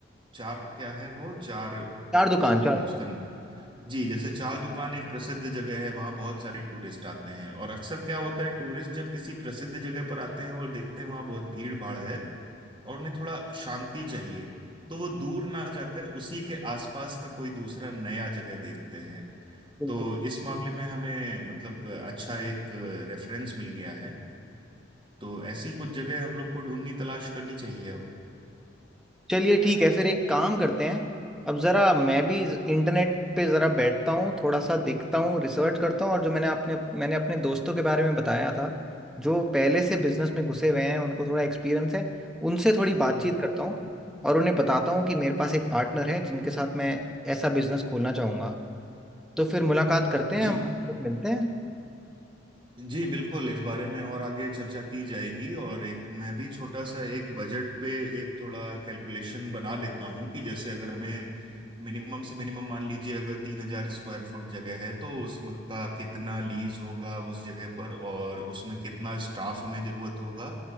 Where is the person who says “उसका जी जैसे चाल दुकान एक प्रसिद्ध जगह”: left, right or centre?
Right